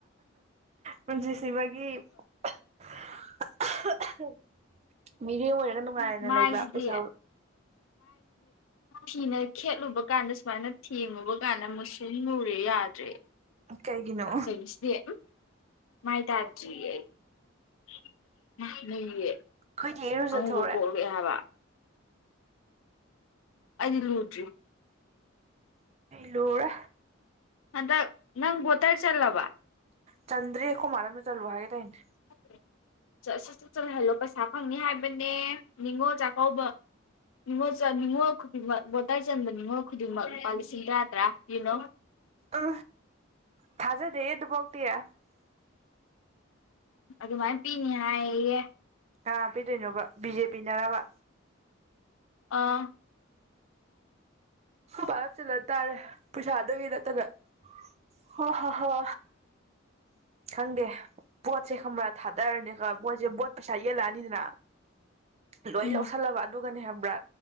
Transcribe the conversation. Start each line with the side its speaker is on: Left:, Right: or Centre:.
Right: ꯄꯨꯟꯁꯤꯁꯤꯕꯒꯤ <unintelligible> ꯃꯤꯔꯦꯡ ꯑꯣꯏꯔꯒ ꯅꯨꯡꯉꯥꯏꯅ
Left: ꯃꯥꯏꯁꯤꯗꯤ
Right: ꯂꯩꯕ ꯄꯩꯁꯥ
Left: ꯊꯤꯅ ꯈꯦꯠꯂꯨꯕ ꯀꯥꯟꯗ ꯁꯨꯃꯥꯏꯅ ꯊꯦꯡꯉꯨꯕ ꯀꯥꯟꯗ ꯃꯨꯁꯨ ꯂꯨꯔꯦ ꯌꯥꯗ꯭ꯔꯦ
Right: ꯀꯩꯒꯤꯅꯣ꯫
Left: ꯀꯩꯅꯣꯁꯤꯗꯤ ꯎꯝ ꯃꯥꯏ ꯇꯕꯖꯤ ꯑꯩ <unintelligible>
Right: ꯈꯣꯏꯗꯤ ꯏꯔꯨꯖꯊꫭꯛꯔꯦ꯫
Left: ꯑꯃꯨꯕ ꯀꯣꯛꯂꯛꯑꯦ ꯍꯥꯏꯕ ꯑꯩꯗꯤ ꯂꯨꯗ꯭ꯔꯤ꯫
Right: ꯂꯨꯔꯦ꯫
Left: ꯍꯟꯗꯛ ꯅꯪ ꯕꯣꯇꯔ ꯆꯜꯂꯕ꯫
Right: ꯆꯟꯔꯤꯀꯣ ꯃꯥ ꯃꯔꯗ ꯆꯜꯂꯣ ꯍꯥꯏꯦ ꯇꯥꯏꯅ
Left: <unintelligible> ꯁꯠ ꯆꯠ ꯆꯠꯍꯜꯂꯣ ꯄꯩꯁꯥ ꯐꯪꯅꯤ ꯍꯥꯏꯕꯅꯦ꯫ ꯅꯤꯡꯉꯣꯜ ꯆꯥꯛꯀꯧꯕ ꯅꯤꯡꯉꯣ ꯆ ꯅꯤꯡꯉꯣ ꯈꯨꯗꯤꯡꯃꯛ ꯕꯣꯇꯔ ꯆꯟꯕ ꯅꯤꯡꯉꯣꯜ ꯈꯨꯗꯤꯡꯃꯛ ꯂꯨꯄꯥ ꯂꯤꯁꯤꯡ ꯇꯔꯥ ꯇꯔꯥ ꯌꯦꯨꯅꯣ꯫
Right: ꯎ ꯊꯖꯦ ꯗꯌꯦ ꯄꯣꯛꯇꯌꯥ
Left: ꯑꯗꯨꯃꯥꯏꯅ ꯄꯤꯅꯤ ꯍꯥꯏꯌꯦꯌꯦ꯫
Right: ꯀꯥ ꯄꯤꯗꯣꯏꯅꯣꯕ ꯕꯤ ꯖꯦ ꯄꯤ ꯅꯔꯕ꯫
Left: ꯑꯥ
Right: ꯄꯥꯂꯞ ꯆꯜꯂ ꯇꯥꯔꯦ ꯄꯩꯁꯥꯗꯨꯒꯤ ꯅꯠꯇꯅ ꯍꯣ ꯍꯣ ꯍ ꯈꯪꯗꯦ ꯄꯣꯠꯁꯦ ꯈꯪꯕ꯭ꯔꯥ ꯊꯥꯗꯔꯅꯤꯀ ꯃꯣꯏꯁꯦ ꯕꯣꯠ ꯄꯩꯁꯥ ꯌꯦꯜꯂꯛꯑꯅꯤꯗꯅ ꯂꯣꯏ
Left: ꯎꯝ
Right: ꯂꯧꯁꯜꯂꯕ ꯑꯗꯨꯒꯅꯦ ꯍꯥꯏꯕ꯭ꯔꯥ